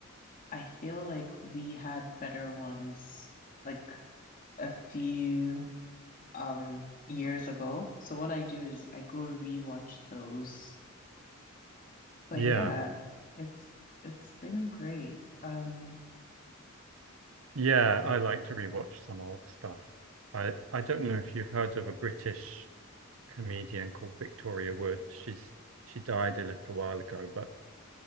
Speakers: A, on the left; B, on the right.
A: I feel like we had better ones like a few um years ago. So what I do is I go rewatch those. But
B: Yeah.
A: yeah, it's it's been great. Um,
B: Yeah, I like to rewatch some old stuff. I I don't know if you've heard of a British comedian called Victoria Wood. She's she died a little while ago, but